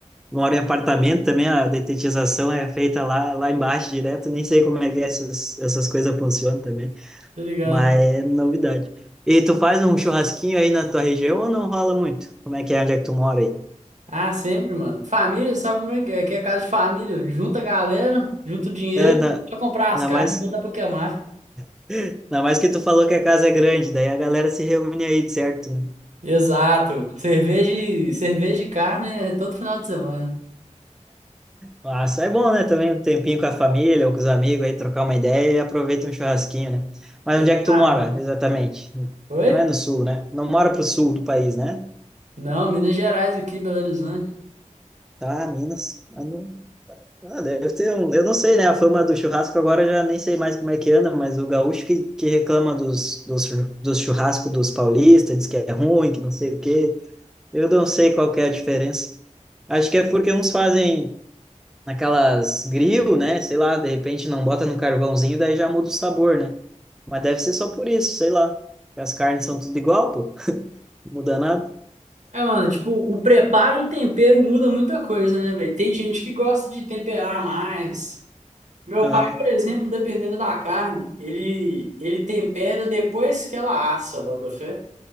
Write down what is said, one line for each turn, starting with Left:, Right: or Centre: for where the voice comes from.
Centre: Moro em apartamento também, a detetização é feita lá, lá embaixo direto. Nem sei como é que essas, essas coisas funcionam também,
Right: tá ligado?
Centre: mas é novidade. E tu faz um churrasquinho aí na tua região ou não rola muito? Como é que é? Onde é que tu mora aí?
Right: Ah, sempre, mano. Família, sabe como é que é? Aqui é casa de família, junta a galera, junta o dinheiro,
Centre: É, ainda,
Right: pra comprar as
Centre: ainda
Right: carnes
Centre: mais,
Right: e botar pra queimar.
Centre: <laughs> ainda mais que tu falou que a casa é grande, daí a galera se reúne aí, de certo, né?
Right: Exato. Cerveja e, cerveja e carne é todo final de semana.
Centre: Massa, é bom, né? Também um tempinho com a família ou com os amigos aí, trocar uma ideia e aproveita um churrasquinho, né? Mas
Right: Exatamente.
Centre: onde é que tu mora, exatamente?
Right: Oi?
Centre: Não é no sul, né? Não mora pro sul do país, né?
Right: Não, Minas Gerais aqui, Belo Horizonte.
Centre: Tá, Minas. Ah, não- ah, deve ter um... Eu não sei, né? A fama do churrasco agora eu já nem sei mais como é que anda, mas o gaúcho que, que reclama dos, dos, chu- dos churrascos dos paulistas, diz que é ruim, que não sei o quê. Eu não sei qual que é a diferença. Acho que é porque uns fazem naquelas grill, né? Sei lá, de repente não bota no carvãozinho, daí já muda o sabor, né? Mas deve ser só por isso, sei lá. As carnes são tudo igual, pô. Não muda nada.
Right: É, mano, tipo, o preparo e o tempero muda muita coisa, né, velho? Tem gente que gosta de temperar mais. Meu
Centre: Ah,
Right: pai, por exemplo, dependendo da carne, ele, ele tempera depois que ela assa, botafé.